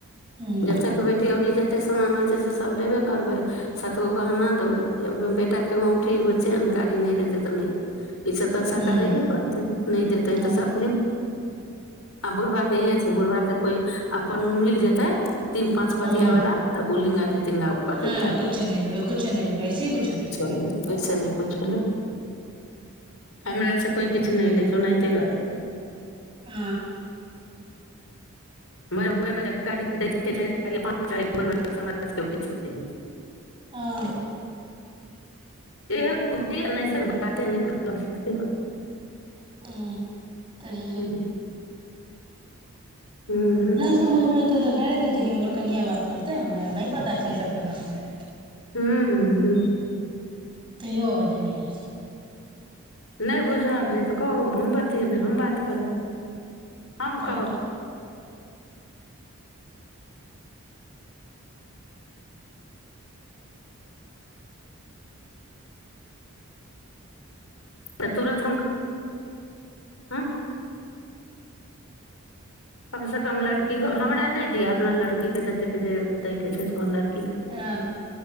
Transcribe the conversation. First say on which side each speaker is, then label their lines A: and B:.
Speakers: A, on the right (about 20°); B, on the left (about 70°).
A: हूँ
B: जतेक बेटी औरी जतेक सामान होइ से सब लेबे करबै सात गो गहना देबै बेटा के एगो औंठी एगो चेन गाड़ी नई देतै तऽ नई ई सब तऽ साकरैये
A: हूँ
B: पड़तैइ न देते
A: हँ
B: तऽ सब बुढ़बा के इहे छै बुढ़बा के कोइ अपन मिल जेतै तीन पाँच
A: हँ
B: बतियावला तऽ ओ लिंगा धतिंगा कहतैइ
A: हँ
B: उतार
A: कुछो
B: ले
A: नहि लेबै कुछो नहि लेबै ऐसे ही कुछो लेबै
B: नहि ओहिसे नई कुच्छो ले हमरा से कोइ किछु नहि लै छै ओनाहिते लऽ जाइ छै
A: आ
B: <unintelligible> <unintelligible>
A: हँ
B: <unintelligible>
A: <unintelligible> <unintelligible> नहि
B: करब। हूँ हूँ
A: समझमे त तऽ डायरेकहते कि हमर कनिआ बात करतै हमरा नहि पता छै सबके बारे मे
B: हूँ
A: <unintelligible>
B: नहि बुझब आब जे तऽ कहू हम बतेबै हम बात करबै हम
A: तऽ
B: कहब तऽ तुरत <unintelligible> कम से कम लड़कीे हमरा नहि दि अपना लड़की के जतेक जे दै के छै से ल
A: अ